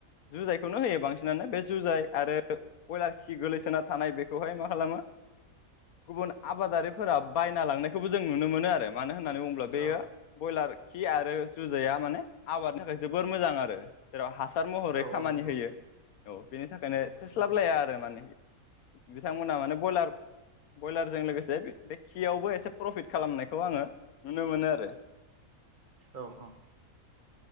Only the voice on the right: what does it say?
औ
औ
औ नंगौ
नंगौ
औ औ।